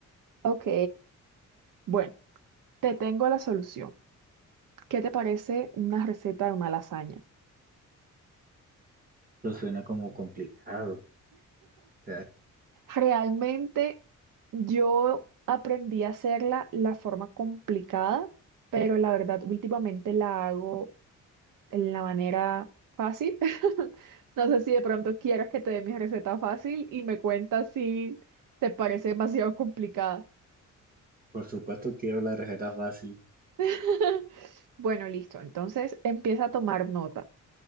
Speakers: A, on the right (about 85°); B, on the right (about 30°).
A: Ok, Bueno, te tengo la solución. ¿Qué te parece una receta de una lasaña?
B: Lo suena como complicado. O sea,
A: Realmente yo aprendí a hacerla la forma complicada, pero la verdad últimamente la hago en la manera fácil. <laughs> No sé si de pronto quieras que te dé mi receta fácil y me cuentas si te parece demasiado complicada.
B: por supuesto quiero la receta fácil.
A: <laughs> Bueno, listo. Entonces empieza a tomar nota.